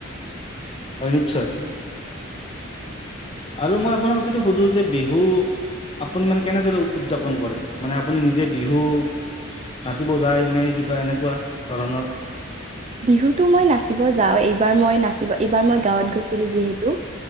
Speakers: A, on the left; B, on the right.
A: অ নিশ্চয়ৰে আৰু মই আপোনাক যদি সুধো যে বিহু আপুনি মানে কেনেদৰে উদযাপন কৰে? মানে আপুনি নিজে বিহু নাচিব যায় ন কিবা এনেকুৱা ধৰণৰ
B: বিহুতো মই নাচিব যাওঁ এইবাৰ মই নাচিব এইবাৰ মই গাঁৱত গৈ। ছিলো যিহেতু